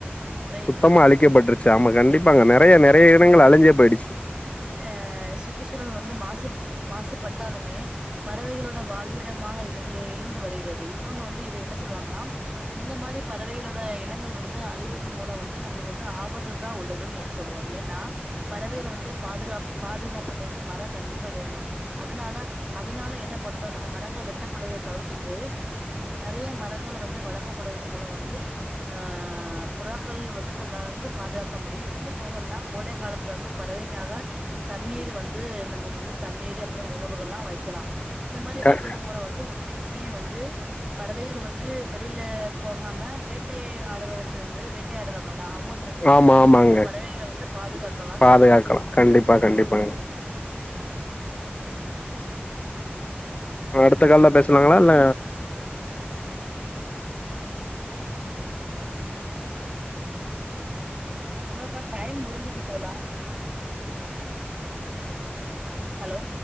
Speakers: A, on the right; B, on the left.
A: குறையுதுன்னு
B: சுத்தமா
A: சொல்லுவே
B: அழிக்கப்பட்ருச்சு ஆமா கண்டிப்பாங்க நெறைய நெறைய இனங்கள் அழிஞ்சே போயிடுச்சு
A: ஆ சுற்றுச்சூழல் வந்து மாசு மாசுபாட்டாலுமே பறவைகளோட வாழ்விடமாக இ இழந் வருகிறது இன்னுனு வந்து இது என்ன சொல்வாங்கனா இந்த மாரி பறவைகளோட இனங்கள் வந்து அழிவது மூலம் வந்து நமக்கு வந்து ஆவத்து தா உள்ளது ஏன் சொல்வோ ஏன்னா பறவைங்கள வந்து பாதுகா பாகாப்பதற்கு மர கண்டிப்பா வேணு அதுனால அதனால என்ன பண்ணுது நம்ம மரங்கள் வெட்டப்படுவத தவிர்த்து த்துட்டு நறைய மரங்கள வந்து வளக்கப்படுவத மூலம் வந்து ஆ புறாக்கள் வந்து நம்மள வந்து பாதுகாக்க முடியு இன்னு போகன்னா கோடை காலத்துல வந்து பறவைக்காக தண்ணீர் வந்து நம்ம வந்து தண்ணீரு அப்ற உணவுகள்லாம் வைக்கலா இந்த மரி
B: க
A: வைக்கிறது மூலம் வந்து உண்மைக்கு வந்து பறவைகள் வந்து வெளில போகாம வேட்டை ஆடுவதருந்து வேட்டை ஆடுவாங்கள அவங்கட்ருந்து
B: ஆமா ஆமாங்க
A: நம்ம பறவைகள வந்து பாதுகாக்கலானு
B: பாதுகாக்கலா
A: சொல்ல வர்தே
B: கண்டிப்பா கண்டிப்பாங்க அடுத்த கால்ல பேசலாங்ளா இல்ல
A: <unintelligible> <inaudible> நம்ளுக்கு டைம் முடிஞ்சிட்டு தோழா ஹலோ